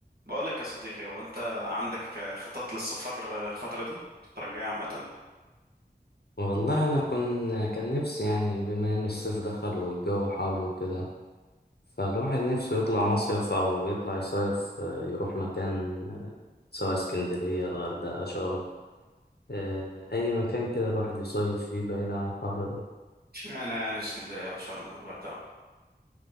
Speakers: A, on the right; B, on the left.
A: بقول لك يا صديقي هو انت عندك خطط للسفر الفترة دي الفترة الجاية عامة
B: والله انا كن كان نفسي يعني بما ان الصيف دخل والجو حر وكده فالواحد نفسه يطلع مصيف او يطلع يصيف آه، يروح مكان آه، سواء اسكندرية الغردقة شرم آه، اي مكان كده الواحد يصيف فيه بعيد عن الحر ده
A: اشمعنى يعني اسكندرية وشرم والغردقة